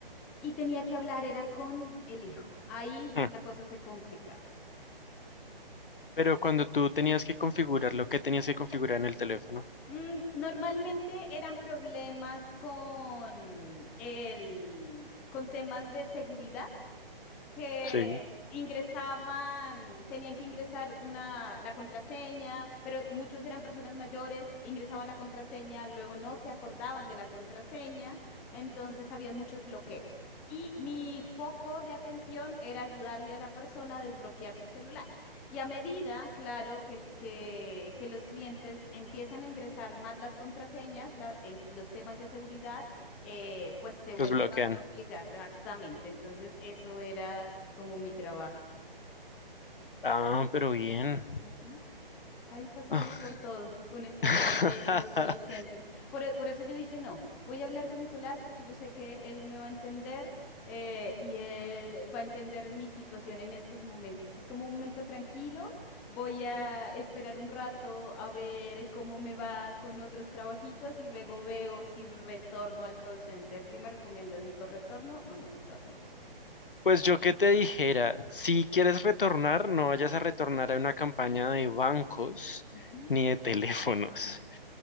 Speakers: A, in the centre; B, on the left.
A: y tenía que hablar, era con el hijo. Ahí
B: Mm.
A: la cosa se complicaba.
B: Pero cuando tú tenías que configurar lo que tenías que configurar en el teléfono,
A: Mm, Normalmente eran problemas con el, con temas de seguridad. que
B: Sí.
A: ingresaban, tenían que ingresar una, la contraseña, pero muchos eran personas mayores, ingresaban la contraseña, luego no se acordaban de la contraseña, entonces había muchos bloqueos. Y mi foco de atención era ayudarle a la persona a desbloquear su celular. Y a medida, claro, que, el- que, que los clientes empiezan a ingresar más las contraseñas, la- el- los temas de seguridad, eh, pues se vuelve
B: los bloquean.
A: más complicada, exactamente. Entonces, eso era como mi trabajo.
B: Ah, pero bien.
A: Ujú. Ahí pasamos
B: Ah.
A: por todo con el tema
B: <laughs>
A: de <laughs> los call centers. Por, e- por eso yo dije, no, voy a hablar con Nicolás porque yo sé que él me va a entender eh, y él va a entender mi situación en estos momentos. Es como un momento tranquilo, voy a esperar un rato a ver cómo me va con otros trabajitos y luego veo si retorno al call center. ¿Qué me recomiendas, Nico? ¿Retorno o no retorno al call center?
B: Pues yo que te dijera, si quieres retornar, no vayas a retornar a una campaña de bancos
A: Ujú,
B: ni de teléfonos.
A: <laughs>